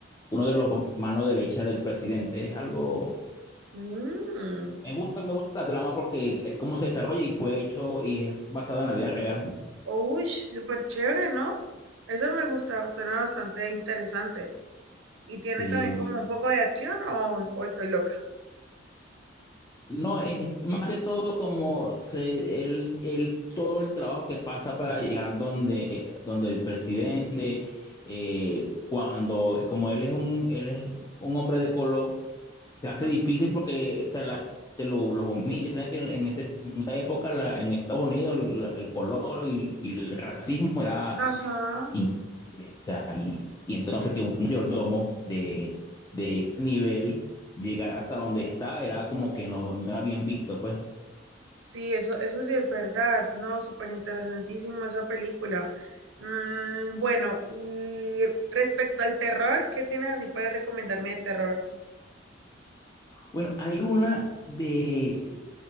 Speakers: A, on the left; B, on the right.
A: uno de los manos derechas del presidente. Es algo,
B: Mm.
A: me gusta, me gusta la trama porque es cómo se desarrolla y fue hecho y es basado en la vida real.
B: Uy, súper chévere, ¿no? Eso me gusta, suena bastante interesante. ¿Y tiene
A: Sí,
B: también
A: muy
B: como
A: bien.
B: un poco de acción o, o estoy loca?
A: No, es más que todo como se, el, el- todo el trabajo que pasa para llegar donde, donde el presidente, eh, cuando, como él es un, él es un hombre de color, se hace
B: Ujú.
A: difícil porque o sea, la gente lo- los humilla. O sea, que en, en ese- en esa época la- en Estados Unidos el, la- el color y, y el racismo era
B: Ajá,
A: increíble. O sea, y, y entonces que un mayordomo de, de ese nivel llegar hasta donde está era como que no, no era bien visto, pues.
B: sí, eso, eso sí es verdad, ¿no? Súper interesantísima esa película. Mm, bueno, y respecto al terror, ¿qué tienes así para recomendarme de terror?
A: Bueno, hay una de...